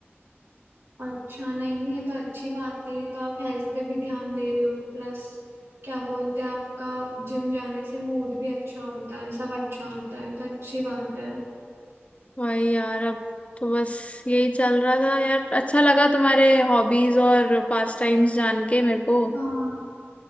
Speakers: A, on the right (about 70°); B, on the left (about 30°).
A: अच्छा नहीं नहीं ये तो अच्छी बात है ये तो आप हेल्थ पे भी ध्यान दे रहे हो प्लस क्या बोलते हैं आपका जिम जाने से मूड भी अच्छा होता है सब अच्छा होता है तो अच्छी बात है
B: भाई यार अब तो बस यही चल रहा था यार अच्छा लगा तुम्हारे हॉबीज और पास टाइम्स जान के मेरे को
A: हाँ